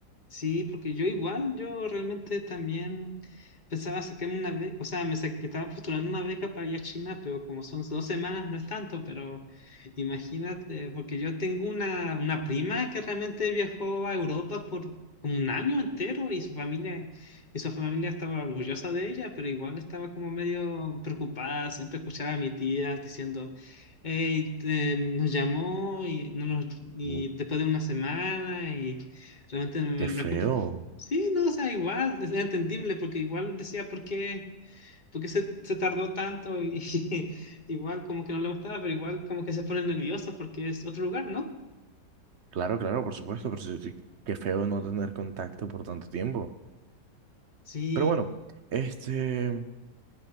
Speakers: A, on the left; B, on the right.
A: Sí, porque yo igual, yo realmente también pensaba sacarme una beca, o sea, me sa- estaba postulando una beca para ir a China, pero como son dos semanas no es tanto, pero imagínate, porque yo tengo una, una prima que realmente viajó a Europa por como un año entero y su familia, y su familia estaba orgullosa de ella, pero igual estaba como medio preocupada, siempre escuchaba a mi tía diciendo... "Ey, te- nos llamó y, no nos, y
B: Ujú.
A: después de una semana y Realmente me
B: Qué feo.
A: preocupa. Sí, no, o sea, igual, es entendible, porque igual decía por qué, por qué se, se tardó tanto y <laughs> igual como que no le gustaba, pero igual como que se pone nervioso porque es otro lugar, ¿no?
B: Claro, claro, por supuesto, pero sí- sí, qué feo no tener contacto por tanto tiempo.
A: Sí,
B: Pero bueno, este,